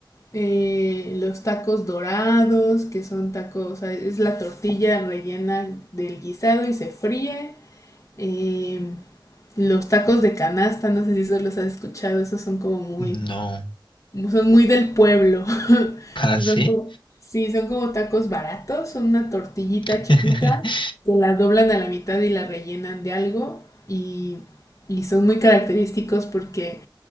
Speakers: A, on the left; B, on the left.
A: eh, los tacos dorados, que son tacos, o sea, es la tortilla rellena del guisado y se fríe. Eh, los tacos de canasta, no sé si eso los has escuchado, esos son como muy,
B: No.
A: son muy del pueblo.
B: ¿Ah, sí?
A: Son como, sí, son como tacos baratos, son una tortillita
B: <laughs>
A: chiquita que la doblan a la mitad y la rellenan de algo y, y son muy característicos porque